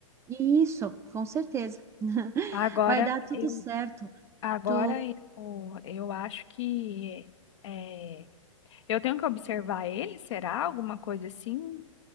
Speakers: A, on the right (about 15°); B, on the left (about 60°).
A: Isso, com certeza. <laughs>
B: Agora
A: Vai dar tudo
B: eu,
A: certo.
B: agora
A: Tu...
B: eu, eu acho que é, eu tenho que observar ele, será alguma coisa assim?